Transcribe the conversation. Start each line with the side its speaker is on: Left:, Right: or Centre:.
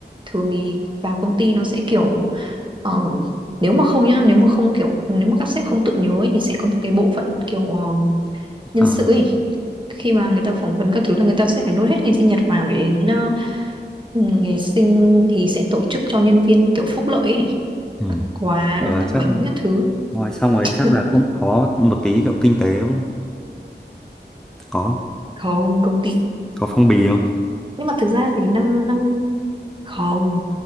Right: thường thì vào công ty nó sẽ kiểu ờ, nếu mà không nhá nếu mà không kiểu nếu mà các sếp không tự nhớ ấy, thì sẽ có một cái bộ phận kiểu ờ, nhân
Centre: Ờ,
Right: sự ấy khi mà người ta phỏng vấn các thứ là người ta sẽ phải nốt hết ngày sinh nhật vào để đến ờ, ừ, ngày sinh thì sẽ tổ chức cho nhân viên kiểu phúc lợi ấy.
Centre: Ừ.
Right: quà
Centre: kiểu
Right: nó
Centre: là
Right: tặng
Centre: chắc
Right: bánh các thứ
Centre: ngoài xong rồi
Right: <laughs>
Centre: chắc là cũng có một tí kiểu kinh tế đúng không? Có
Right: không công ty
Centre: có phong bì không?
Right: nhưng mà thực ra thì năm năm không